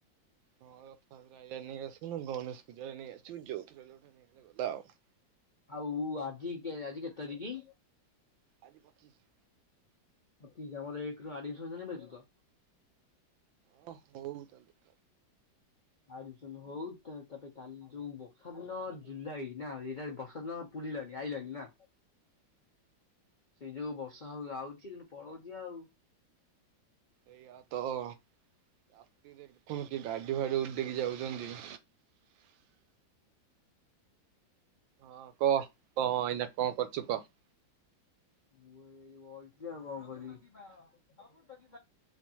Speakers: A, on the right; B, on the left.
A: ହଁ ରଥଯାତ୍ରା ଆଇଲା ନେଇଆସୁନୁ ଗଣେଶ ପୂଜାକୁ ନେଇ ଆସିବୁ ଯୋଉଥିରେ ହେଲେ ଗୋଟେ ନେଇ ଆଇଲେ ଗଲ ଆଉ।
B: ଆଉ ଆଜି କେ ଆଜି କେତେ ତାରିକ?
A: ଆଜି ପଚିଶ।
B: ପଚିଶ ଆମର ଏକେରୁ ଆଡମିସନ ଜାଣିପାରୁଚୁ ତ।
A: ଅ ହୋଉ ତାହେଲେ।
B: ଆଡମିସନ ହୋଉ ତା ତାପରେ କାଲି ଯୋଉ ବର୍ଷାଦିନ ଜୁଲାଇ ନା ଏରା ବର୍ଷାଦିନ ପୁରିଲାଣିି ଆଇଲାଣି ନା। ସେଇ ଯୋଗୁ ବର୍ଷା ହୋଉ ଆଉଚି କିନ୍ତୁ ପଳୋଉଚି ଆଉ।
A: ଏଇଆ ତ ରାତିରେ ଦେଖୁନୁ କି ଗାଡି ଫାଡି ଉଡେଇକି ଯାଉଚନ୍ତି। ହଁ କହ କ ଏଇନା କଣ କରୁଚୁ କହ।
B: ମୁଁ ଏଇଠି ବଇଥିଲି ଆଉ କଣ କରିବି।